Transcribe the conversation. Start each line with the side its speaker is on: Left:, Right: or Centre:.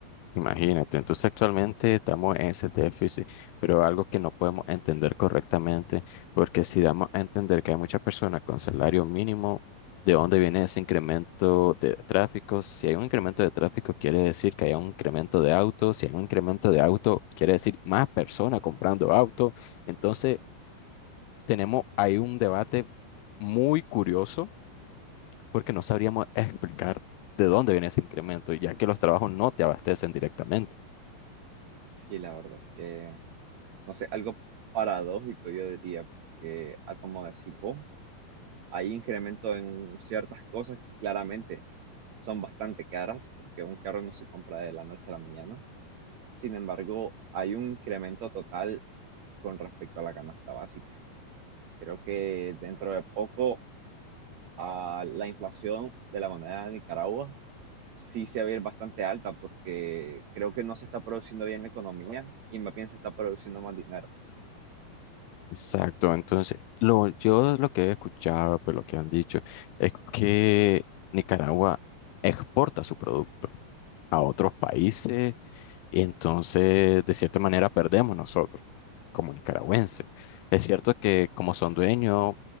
Left: Imagínate, entonces actualmente estamos en ese déficit, pero algo que no podemos entender correctamente, porque si damos a entender que hay muchas personas con salario mínimo, ¿de dónde viene ese incremento de tráfico? Si hay un incremento de tráfico, quiere decir que hay un incremento de autos, si hay un incremento de auto, quiere decir más personas comprando autos. Entonces, tenemos ahí un debate muy curioso, porque no sabríamos explicar de dónde viene ese incremento, ya que los trabajos no te abastecen directamente.
Right: Sí, la verdad es que, no sé, algo paradójico yo diría, porque ah, como decís vos, hay incremento en ciertas cosas que claramente son bastante caras, porque un carro no se compra de la noche a la mañana. Sin embargo, hay un incremento total con respecto a la canasta básica. Creo que dentro de poco a la inflación de la moneda de Nicaragua sí se va a ir bastante alta porque creo que no se está produciendo bien la economía y más bien se está produciendo más dinero.
Left: Exacto, entonces lo, yo lo que he escuchado, pues lo que han dicho, es que Nicaragua exporta su producto a otros países y entonces de cierta manera perdemos nosotros como nicaragüenses. Es cierto que como son dueños,